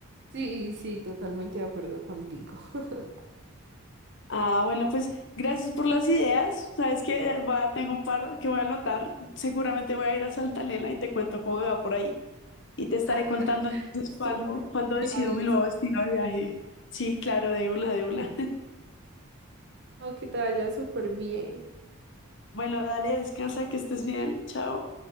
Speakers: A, on the right (about 50°); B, on the left (about 55°).
A: Sí, sí, totalmente de acuerdo contigo. <laughs>
B: Ah, bueno, pues gracias por las ideas. Sabes que tengo un par que voy a anotar. Seguramente voy a ir a Santa Elena y te cuento cómo me va por ahí. Y te estaré
A: Ah,
B: contando entonces
A: súper,
B: cuándo, cuándo
A: me
B: decido
A: avisas.
B: mi nuevo destino de viaje. Sí, claro, de una, de una.
A: Aunque te vaya súper bien.
B: Bueno, dale, descansa, que estés bien. Chao.